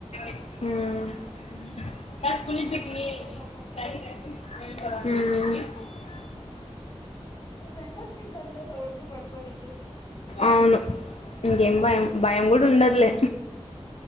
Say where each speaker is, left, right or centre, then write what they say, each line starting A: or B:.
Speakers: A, on the left (about 70°); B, on the left (about 40°).
A: ఉమ్
B: ఆ పిల్ల ఒక్కటే పాపం
A: ఉమ్
B: ఒక ఫ్రెండ్ వచ్చి ఉంటారు లే తోడుకి పడుకోనికి
A: అవును ఇంకేం భయం
B: ఆ
A: భయం కూడా ఉండదులే